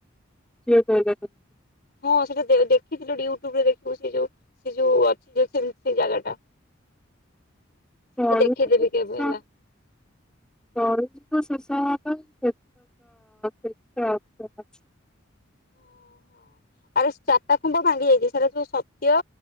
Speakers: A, in the centre; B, on the left.
A: କିଏ କହିଲା ଏତକ?
B: ହଁ ସେଇଟା ଦେଖିଥିଲୁ ୟୁଟ୍ୟୁବିରେ ଦେଖିବୁ ସେ ଯୋଉ ସିଏ ଯୋଉ ଅଛି ଯୋଉ ଖୁମ୍ପି ଜାଗା ଟା।
A: କଳି
B: ତ ଦେଖେଇଦେବି କେବେ
A: <unintelligible>
B: ହେଲା।
A: କଳି ଯୁଗ ଶେଷ ହେବା ପାଇଁ କେତେଟା <inaudible> <unintelligible>
B: ଓହୋ। ଆରେ ଚାରିଟା ଖୁମ୍ବ ଭାଙ୍ଗି ଯାଇଛି। ସେଟା ସତ୍ୟ,